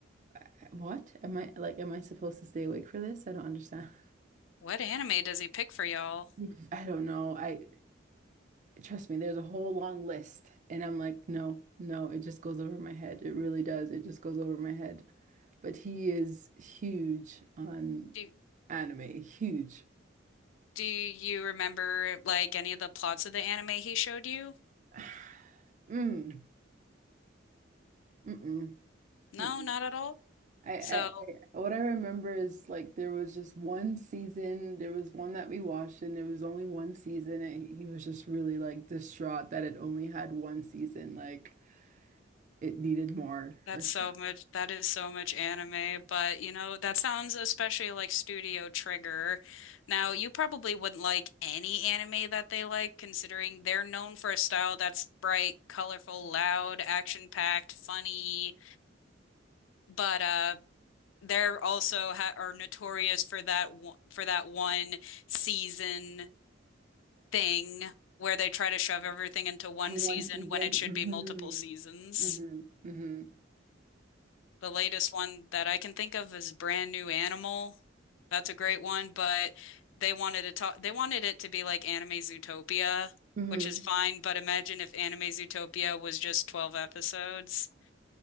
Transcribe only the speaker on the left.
What anime does he pick for y'all?
Do
do you remember like any of the plots of the anime he showed you?
No,
not at all.
So
that's
so much that is so much anime, but you know, that sounds especially like Studio Trigger. Now, you probably wouldn't like any anime that they like, considering they're known for a style that's bright, colorful, loud, action-packed, funny. But uh they're also ha are notorious for that one, for that one season thing where they try to shove everything into one
season
when it should be multiple seasons.
The latest one that I can think of is Brand New Animal. That's a great one, but they wanted to talk they wanted it to be like Anime Zootopia,
which is fine, but imagine if Anime Zootopia was just 12 episodes.